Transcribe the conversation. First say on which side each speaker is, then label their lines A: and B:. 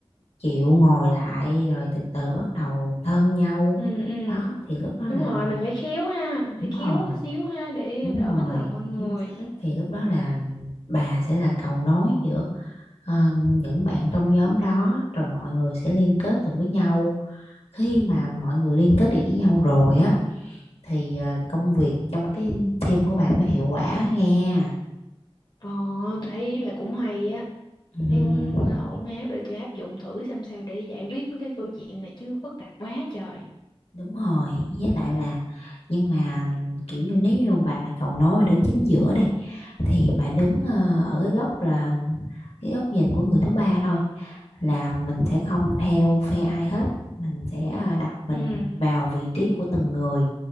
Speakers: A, on the left (about 75°); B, on the left (about 45°).
A: chịu ngồi lại rồi từ từ bắt đầu thân nhau
B: ừ, ừ.
A: đó thì lúc đó
B: Đúng
A: là
B: rồi, mình phải khéo ha, mình
A: đúng
B: phải khéo
A: rồi
B: xíu ha để
A: đúng
B: đỡ
A: rồi
B: mất lòng mọi người.
A: chính xác thì lúc đó là bà sẽ là cầu nối giữa ờ, những bạn trong nhóm đó rồi mọi người sẽ liên kết được với nhau khi mà mọi người liên kết được với nhau rồi á thì ờ, công việc trong cái team của bà mới hiệu quả nghe
B: Ờ, tôi thấy ý bà cũng hay á,
A: ừ.
B: thấy cũng ổn áp để tôi áp dụng thử xem sao để giải quyết mấy cái câu chuyện này chứ phức tạp quá trời.
A: Đúng rồi, với lại là nhưng mà kiểu như nếu như bà là cầu nối và đứng chính giữa đi thì bà đứng ờ, ở cái góc là cái góc nhìn của người thứ ba thôi là mình sẽ không theo phe ai hết mình sẽ ờ, đặt mình
B: Ừ,
A: vào vị trí của từng người